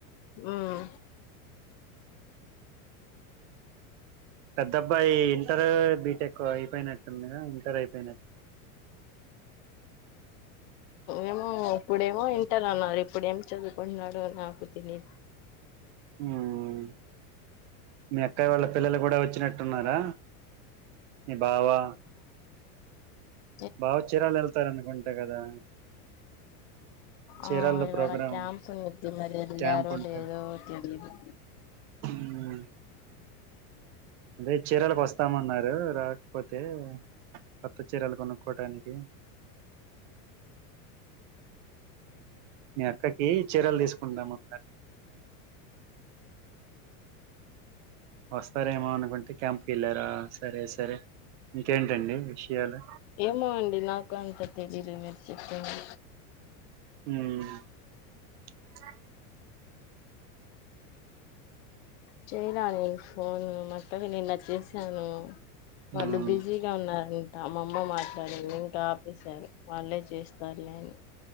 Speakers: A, on the left (about 50°); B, on the right (about 55°).
A: ఉమ్
B: పెద్దబ్బాయి ఇంటర్ బీటెక్ అయిపోయినట్టుందిద ఇంటర్ అయిపోయినట్టు
A: ఏమో ఇప్పుడేమో ఇంటర్ అన్నారు ఇప్పుడు ఏం చదువుకుంటన్నాడు నాకు తెలియదు
B: ఉమ్ మీ అక్కయయి వాళ్ళ పిల్లలు కూడా వచ్చినట్టున్నారా మీ బావా
A: అర
B: బావ చీరాలు వెళ్తార అనుకుంట కదా చీరాల్లో
A: ఆ ఇవాళ
B: ప్రోగ్రాం
A: క్యాంప్నిది మరి ఎల్ళారో
B: క్యాంప్ ఉంటది
A: లేదో తెలిదు
B: మ్మ్ అదే చీరలకు వస్తామన్నారు రా లేకపోతే కొత్త చీరలు కొనుక్కోటానికి మీ అక్కకి చీరలు తీసుకుంటాము అన్నారు వస్తారేమో అనుకుంటే క్యాంప్కి వెళ్ళారా సరే సరే ఇంకేంటండి విషయాలు
A: ఏమో అండి నాక్ అంతా తెల్ మీరు చెప్పేది
B: ఉమ్ అ
A: చేయలా నే ఫోను మాత్తవి నిన్నటివి చేసాను వాళ్ళు
B: ఉమ్
A: బిజీగా ఉన్నారు అమ్మమ్మ మాట్లాడింది ఇంకా ఆపేసారు వాళ్ళే చేస్తారులేని